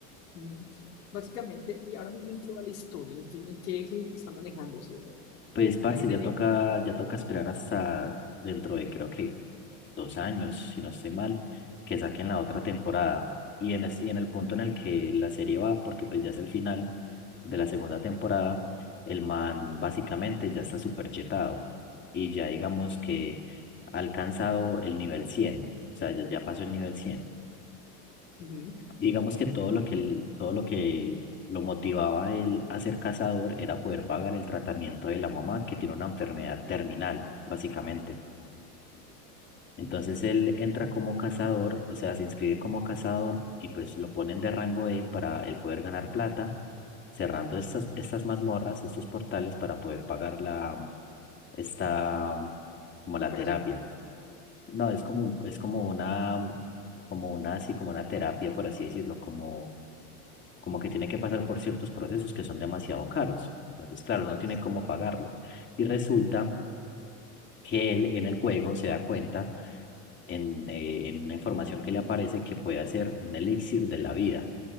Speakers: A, on the left; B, on the left.
A: Ujú. Básicamente, y ahora mismo en qué va la historia, en qué, en qué eje está manejándose, o sea,
B: Pues, parce,
A: hay una
B: ya
A: ne-
B: toca, ya toca esperar hasta dentro de creo que dos años, si no estoy mal, que saquen la otra temporada. Y en, es- y en el punto en el que la serie va, porque pues ya es el final de la segunda temporada, el man básicamente ya está súper chetado y ya digamos que ha alcanzado el nivel cien o sea, ya, ya pasó el nivel cien
A: ujú,
B: digamos que todo lo que, él- todo lo que lo motivaba a él a ser cazador era poder pagar el tratamiento de la mamá que tiene una enfermedad terminal, básicamente. Entonces él entra como cazador, o sea, se inscribe como cazador y pues lo ponen de rango E para él poder ganar plata, cerrando estas, estas mazmorras, estos portales para poder pagar la, esta, como
A: operación,
B: la terapia. No, es como, un- es como una, como una, así como una terapia, por así decirlo, como, como que tiene que pasar por ciertos procesos que son demasiado caros. Entonces, claro,
A: ah,
B: no
A: listo,
B: tiene cómo pagarlo. Y resulta que él en el juego se da cuenta en, eh, en una información que le aparece que puede hacer un elixir de la vida.